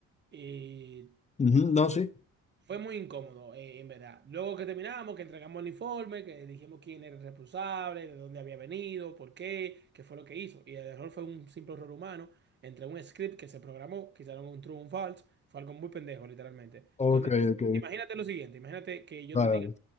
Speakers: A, on the right; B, on the left.
A: Eh,
B: Ujú, No, sí.
A: fue muy incómodo, eh, en verdad. Luego que terminamos, que entregamos el informe, que dijimos quién era el responsable, de dónde había venido, por qué, qué fue lo que hizo. Y el error fue un simple error humano entre un script que se programó, que hicieron un true o un false. Fue algo muy pendejo, literalmente.
B: Ok,
A: Entonces,
B: ok.
A: imagínate lo siguiente, imagínate que yo
B: Vale,
A: te diga,
B: vale.